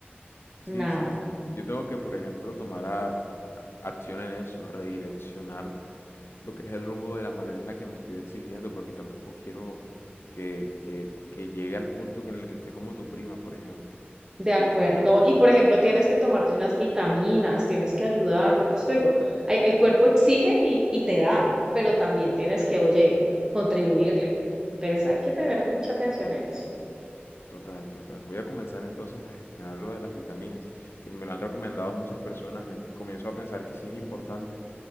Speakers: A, on the left (about 80°); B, on the right (about 20°).
A: Sí,
B: nada.
A: sí, sí. Yo tengo que, por ejemplo, tomar a- a- acción en eso, redireccionar lo que es el rumbo de la manera en la que me estoy exigiendo, porque tampoco quiero que, que, que llegue al punto que en el que esté como tu prima, por ejemplo.
B: De
A: Que,
B: acuerdo, no, y por ejemplo, tienes que tomarte unas vitaminas, tienes que ayudarte, por eso te digo, ay- el cuerpo exige y, y te da, pero también tienes que, oye, contribuirle. Entonces hay que tener mucha atención en eso.
A: total, total. Voy a comenzar entonces a gestionar lo de las vitaminas, que me lo han recomendado muchas personas. en- Comienzo a pensar que sí es importante.